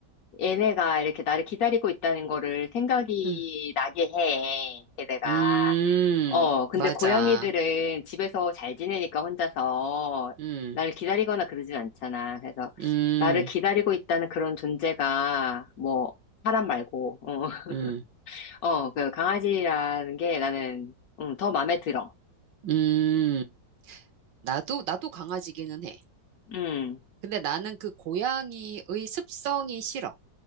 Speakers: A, on the left; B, on the right.
A: 얘네가 이렇게 나를 기다리고 있다는 거를 생각이
B: 음,
A: 나게 해. 얘네가.
B: 음,
A: 어, 근데
B: 맞아.
A: 고양이들은 집에서 잘 지내니까 혼자서
B: 음,
A: 나를 기다리거나 그러진 않잖아. 그래서
B: 음,
A: 나를 기다리고 있다는 그런 존재가 뭐 사람 말고, 어, <laughs>
B: 음,
A: 어, 그 강아지라는 게 나는 음, 더 마음에 들어.
B: 음. 나도, 나도 강아지기는 해.
A: 음,
B: 근데 나는 그 고양이의 습성이 싫어.